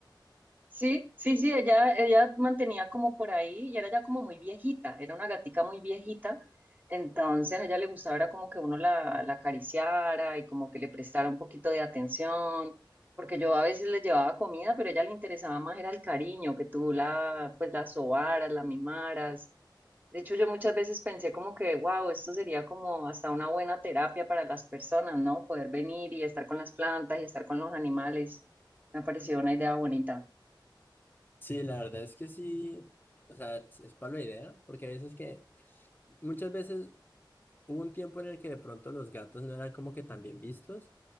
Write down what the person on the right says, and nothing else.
Sí, sí, sí, ella, ella mantenía como por ahí y era ya como muy viejita, era una gatica muy viejita, entonces a ella le gustaba era como que uno la, la acariciara y como que le prestara un poquito de atención, porque yo a veces le llevaba comida, pero a ella le interesaba más era el cariño, que tú la, pues la sobaras, la mimaras. De hecho, yo muchas veces pensé como que, wow, esto sería como hasta una buena terapia para las personas, ¿no? Poder venir y estar con las plantas y estar con los animales. Me pareció una idea bonita.